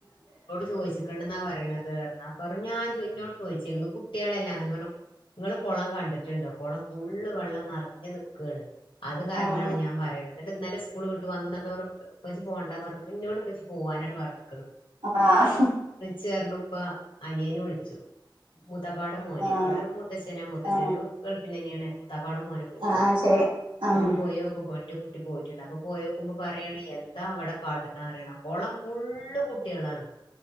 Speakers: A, on the left; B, on the right.
A: ചോയിച്ച്ക്ക്ണ്ട്ന്നാ പറയണത് പർഞ്ഞ് അപ്പ പറ ഞാൻ ചോ ഇന്നോട് ചോയിച്ചിരുന്നു കുട്ട്യാളല്ലേ ഞാ പറഞ്ഞു ഇങ്ങള് കൊളം കണ്ടിറ്റ്ണ്ടോ കൊളം ഫുള്ള് വെള്ളം നെറഞ്ഞ് നിക്കാണ് അത് കാരണാണ്
B: ആഹ്
A: ഞാൻ പറയണ ഇന്നിട്ട് ഇന്നെലെ സ്കൂള് വിട്ട് വന്നപ്പോ ഞാൻ പറഞ്ഞു ഉപ്പച്ചി പോണ്ട പറഞ്ഞ്ക്കണ് ഇന്നോട് ഉപ്പച്ചി പോകാനാണ് പറഞ്ഞ
B: ആഹ്
A: ചേർനുപ്പാ അനിയന് വിളിച്ചു മൂത്തപ്പാടെ മോന്
B: ആഹ്
A: ഇവിടെ മുത്തശ്ശനാ മുത്തശ്ശനും
B: ആഹ്
A: ഗൾഫിലെന്നെയാണ് മു മൂത്തപ്പാടെ മോനും വിളിച്ചു
B: ആഹ് ശരി ആഹ്
A: ഒന്ന് പോയി ഓക്ക് പോയിൻ്റെ റ്റ് പോയിറ്റ്ണ്ട് അപ്പൊ പോയോക്കുമ്പോ പറയാണെ എന്താ അവിടെ കാട്ട്ണെ അറിയണോ കൊളം ഫുള്ള് കുട്ട്യാളാണ്